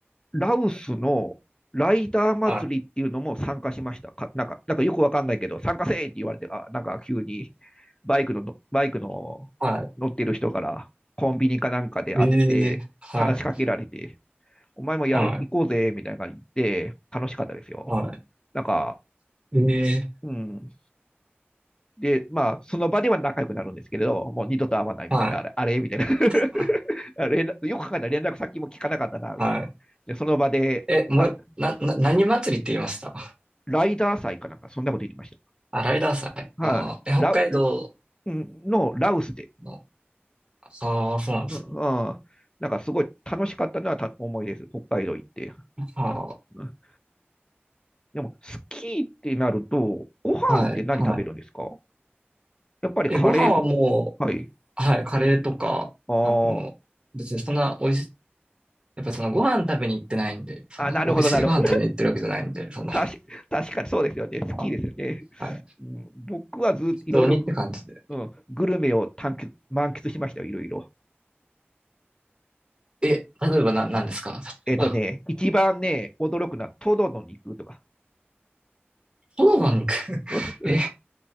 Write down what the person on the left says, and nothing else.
ラオスのライター祭りっていうのも参加しました。
かなんか、なんかよくわかんないけど、参加せーって言われて、あ、なんか急にバイクのの、バイクの乗ってる人からコンビニかなんかで会って、
話しかけられて、お前もやる、
行こうぜ、みたいな感じで、楽しかったですよ。
なんか、
うん、で、まあ、その場では仲良くなるんですけれど、もう二度と会わないみたいな、
あれ、あれみたいな <laughs>
あ連絡よく考えたら連絡先も聞かなかったな、みたいな。
で、その場で、
あ、
ライダー祭かなんか、そんなこと言ってまし
た。
はい、あラウ、
のラウスで。
うんうんなんかすごい楽しかったのはた思いです。北海道行って。
うんでも、スキーってなると、ご飯って何食べるんですか
やっぱりカレーとか。
はい。
あ
あ、なるほど、なるほど。
確確かにそうですよね。スキーですよね。
うん、僕はずっといろいろ、
うん、グルメを探求満喫しましたよ、いろいろ。
えっ、ーとね、一番ね、驚くのはトドの肉とか、
う